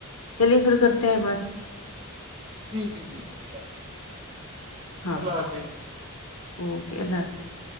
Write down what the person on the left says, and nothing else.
چلیے پھر کرتے ہیں بات
ہاں
اوکے اللہ حافظ